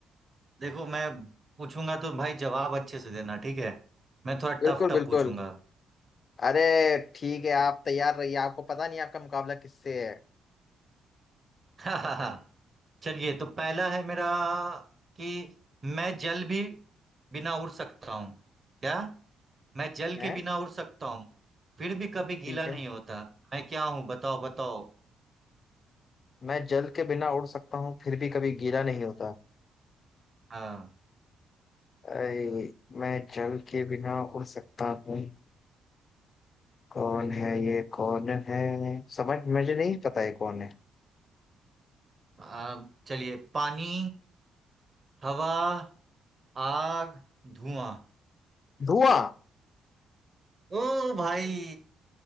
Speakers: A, on the right; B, on the left.
A: देखो मैं पूछूंगा तो भाई जवाब अच्छे से देना ठीक है मैं थोड़ा टफ
B: बिल्कुल
A: टफ
B: बिल्कुल
A: पूछूंगा <laughs>
B: अरे ठीक है आप तैयार रहिए आपको पता नहीं आपका मुकाबला किससे है
A: हाँ हाँ हाँ चलिए तो पहला है मेरा कि मैं जल भी बिना उड़ सकता हूँ क्या मैं जल
B: मैं
A: के बिना उड़ सकता हूँ फिर भी कभी
B: ठीक
A: गीला
B: है
A: नहीं होता मैं क्या हूँ बताओ बताओ
B: मैं जल के बिना उड़ सकता हूँ फिर भी कभी गीला नहीं होता
A: हाँ
B: अरे मैं जल के बिना उड़ सकता हूँ कौन है ये कौन है समझ मुझे नहीं पता ये कौन है
A: आ, चलिए पानी हवा आग धुआं
B: धुआं
A: ओ भाई